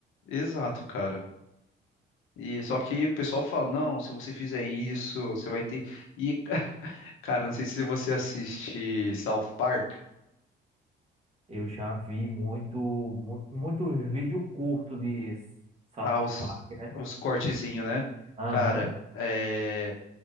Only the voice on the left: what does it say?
Exato, cara. E só que o pessoal fala, não, se você fizer isso, você vai ter. E, <laughs> cara, não sei se você assiste South Park,
ah, os,
os cortezinhos, né?
Cara, é...